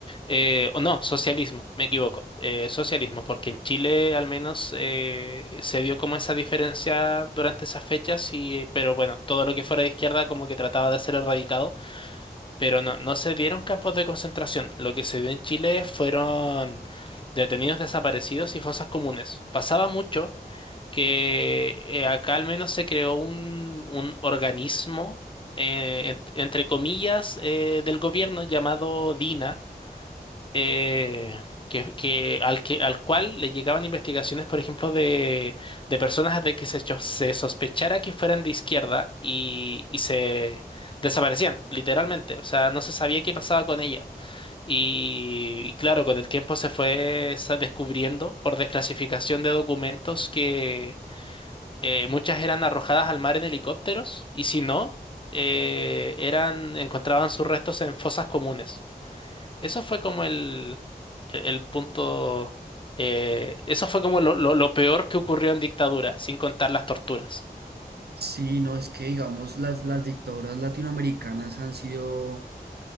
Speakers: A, on the left; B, on the right.
A: eh, o no, socialismo, me equivoco, eh, socialismo, porque en Chile al menos eh, se dio como esa diferencia durante esas fechas, y, eh, pero bueno, todo lo que fuera de izquierda como que trataba de ser erradicado, pero no, no se dieron campos de concentración, lo que se dio en Chile fueron... detenidos desaparecidos y fosas comunes. Pasaba mucho que eh, acá al menos se creó un, un organismo, eh, ent- entre comillas, eh, del gobierno llamado DINA, eh, que, que, al que, al cual le llegaban investigaciones, por ejemplo, de, de personas de que se, cho- se sospechara que fueran de izquierda y, y se desaparecían, literalmente. O sea, no se sabía qué pasaba con ella. Y, y claro, con el tiempo se fue sa- descubriendo por desclasificación de documentos que eh, muchas eran arrojadas al mar en helicópteros y si no, eh, eran, encontraban sus restos en fosas comunes. Eso fue como el, el- punto, eh, eso fue como lo, lo- lo peor que ocurrió en dictadura, sin contar las torturas.
B: Sí, no, es que digamos las, las dictaduras latinoamericanas han sido